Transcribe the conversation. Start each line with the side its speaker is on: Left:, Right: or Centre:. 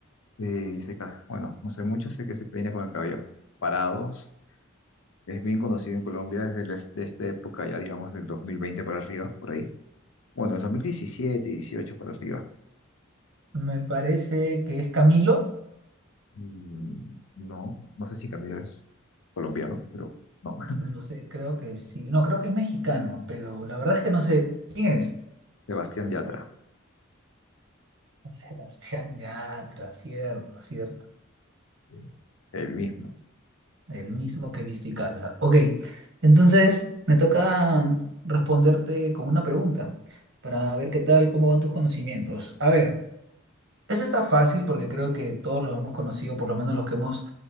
Left: Y se, ca- bueno, no sé mucho, sé que se peina con el cabello parados. Es bien conocido en Colombia desde, la- de esta época, ya digamos, del 2020 para arriba, por ahí. Bueno, el 2017, 18 para arriba.
Right: Me parece que es Camilo.
Left: Mm, no, no sé si Camilo es colombiano, pero no. <laughs>
Right: No sé, creo que sí. No, creo que es mexicano, pero la verdad es que no sé quién es.
Left: Sebastián Yatra,
Right: <laughs> Sebastián Yatra, cierto, cierto.
Left: sí, el mismo.
Right: El mismo que viste calza. Ok, entonces me toca responderte con una pregunta para ver qué tal, cómo van tus conocimientos. A ver. Ese está fácil porque creo que todos lo hemos conocido, por lo menos los que hemos